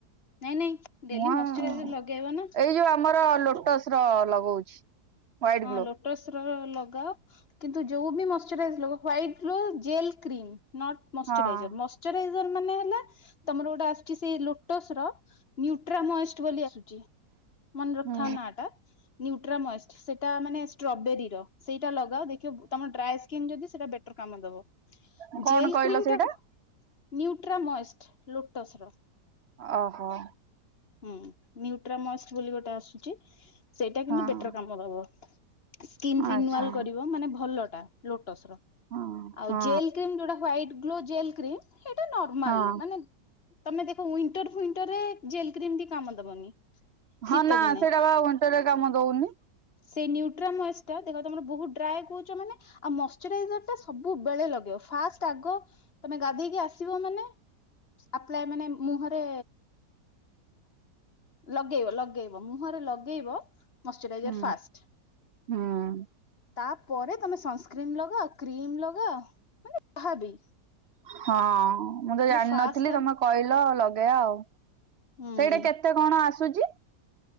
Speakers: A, on the left; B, on the right.
A: ନାଇଁ ନାଇଁ ଡେଲି
B: ମୁହଁ
A: ମଶ୍ଚରାଇଜର ଲଗେଇବା ନା।
B: ଏଇ ଯୋଉ ଆମର ଲୋଟସର ଲଗଉଛି। ହ୍ୱାଇଟ
A: ହଁ
B: ଗ୍ଲୋ
A: ଲୋଟସର ଲଗାଅ। କିନ୍ତୁ ଯୋଉ ବି ମୋଷ୍ଟୁରାଇଯାର ଲଗାଅ ୱଇଟ ର ଜେଲ କ୍ରିମ ନଟ୍ ମୋଷ୍ଟୁରାଇଯାର
B: ହଁ।
A: ମୋଷ୍ଟ୍ <unintelligible> ମାନେ ହେଲା ତମର ଗୋଟେ ଆସୁଛି ସେଇ ଲୋଟସର ନ୍ୟୁଟ୍ରାମଏଷ୍ଟ ବୋଲି ଆସୁଛି ମନେ ରଖଥାଉ
B: ହୁଁ
A: ନାଟା ନ୍ୟୁଟ୍ରାମୋଏଷ୍ଟ। ସେଟା ମାନେ ଷ୍ଟ୍ରବେରୀର ସେଇଟା ଲଗାଅ ଦେଖିବ ତମ ଡ୍ରାଏ ସ୍କିନ୍ ଯଦି ସେଇଟା ବେଟର କାମ ଦବ।
B: ହୁଁ କଣ
A: ଜେଲ
B: କହିଲ
A: କ୍ରିମ
B: ସେଇଟା
A: ଟା ନୁଟ୍ରା ମୋଏସଟ୍ ଲୋଟସ ର।
B: ଓହୋ।
A: ହୁଁ ନ୍ୟୁଟ୍ରାମଷ୍ଟ ବୋଲି ଗୋଟେ ଆସୁଛି ସେଇଟା
B: ହଁ
A: କିନ୍ତୁ ବେଟର କାମ ସ୍କିନ୍ ରିନୁଆଲ
B: ଆଚ୍ଛା।
A: କରିବ ମାନେ ଭଲଟା ଲୋଟସର।
B: ହଁ
A: ଆଉ
B: ହଁ
A: ଜେଲ କ୍ରିମ ଯୋଉଟା ହାଇଟ୍ ଗ୍ଲୋ ଜେଲ କ୍ରିମ ସେଇଟା ନର୍ମାଲ
B: ହଁ
A: ମାନେ ତମେ ଦେଖ ଉଇଣ୍ଟର ଫୁଇଣ୍ଟରରେ ଜେଲ କ୍ରିମ ବି କାମ ଦବନି
B: ହଁ
A: ଶୀତ
B: ନା
A: ଦିନେ।
B: <unintelligible> କାମ ଦଉନି।
A: ସେଇ ନ୍ୟୁଟ୍ରାମଏସ୍ ଟା ଦେଖ ତମର ବହୁତ ଡ୍ରାଏ କହୁଛ ମାନେ ଆଉ ମଶ୍ଚରାଇଜର ଟା ସବୁବେଳେ ଲଗେଇବ ଫାଷ୍ଟ ଆଗ ତମେ ଗାଧେଇକି ଆସିବ ମାନେ ଆପ୍ଲାଏ ମାନେ ମୁହଁରେ ଲଗେଇବ ଲଗେଇବ ମୁହଁରେ ଲଗେଇବ। ମଶ୍ଚରାଇଜର
B: ହୁଁ
A: ଫାଷ୍ଟ।
B: ହୁଁ
A: ତାପରେ ତମେ ସନସ୍କ୍ରିନ୍ ଲଗାଅ କ୍ରିମ ଲଗାଅ ମାନେ ଭାବେ
B: ହଁ ମୁଁ ତ ଜାଣିନଥିଲି
A: ଫାଷ୍ଟ
B: ତମେ କହିଲ ଲଗେଇବା ଆଉ।
A: ହୁଁ।
B: ଏଟେ କେତେ କଣ ଆସୁଛି?